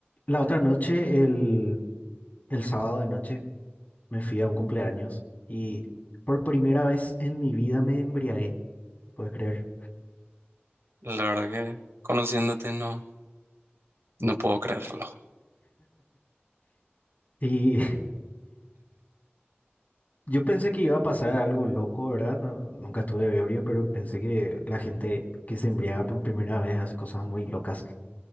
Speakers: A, on the left; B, on the right.
A: La otra noche, el, el sábado de noche, me fui a un cumpleaños y por primera vez en mi vida me embriagué, puedes creer.
B: La verdad que conociéndote no, no puedo creerlo,
A: Y <laughs> yo pensé que iba a pasar algo loco, ¿verdad? No- nunca estuve ebrio, pero pensé que la gente que se embriaga por primera vez hace cosas muy locas.